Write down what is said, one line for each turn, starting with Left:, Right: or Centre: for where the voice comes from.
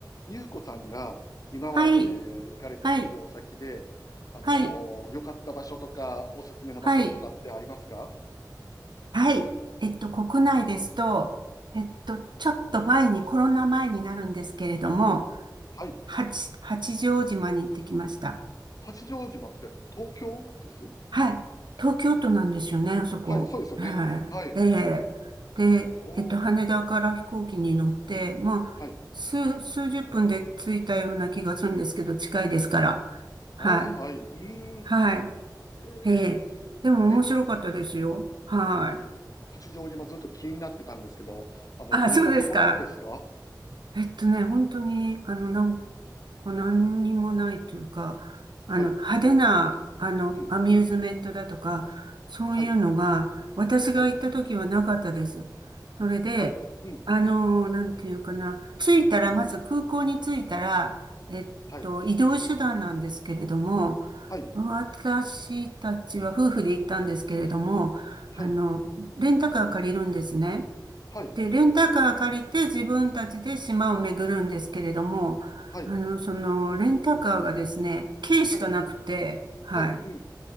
Left: ゆうこさんが今まで行かれた旅行先で、
Right: はい、はい、
Left: あのー良かった場所とか、
Right: はい、
Left: おすすめの場所とかってありますか
Right: はい、はい。えっと、国内ですと、えっと、ちょっと前に、コロナ前になるんですけれども、
Left: はい。
Right: 八、八丈島に行ってきました。
Left: 八丈島って東京です
Right: はい。東京都なんですよね、あそこ。
Left: はい、そうですよね。
Right: はい。
Left: はい。
Right: ええで、
Left: おー、
Right: えっと、羽田から飛行機に乗って、まあ、
Left: はい。
Right: 数、数十分で着いたような気がするんですけど、近いですから。はい。
Left: ああ、はい。うーん。
Right: はい。
Left: えー、
Right: ええでも面白かったですよ。
Left: え、
Right: はい。
Left: え、八丈島ずっと気になってたんですけど、あの、
Right: あ、
Left: どんなところですか
Right: そうですか。えっとね、本当に、あの、なんか何にもないというか、あの、
Left: はい。
Right: 派手な、あの、
Left: うん。
Right: アミューズメントだとか、そういうのが、
Left: はい。
Right: 私が行った時はなかったです。
Left: はい。
Right: それで、
Left: はい。うん。
Right: あの、なんていうかな、着いたら、まず空港に着いたら、えっと、
Left: はい。
Right: 移動手段なんですけれども、
Left: はい。
Right: 私たちは夫婦で行ったんですけれども、
Left: はい。
Right: あの、レンタカー借りるんですね。
Left: はい。
Right: で、レンタカー借りて自分たちで島を巡るんですけれども、
Left: はい。
Right: あの、その、レンタカーがですね、軽しかなくて、
Left: はい。
Right: はい。
Left: はい。うん。